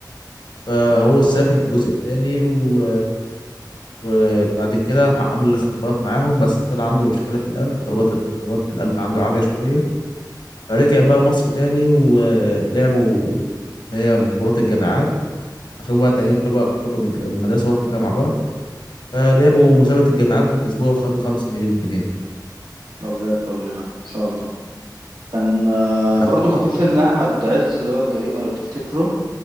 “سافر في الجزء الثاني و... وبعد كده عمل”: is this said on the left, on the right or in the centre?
Left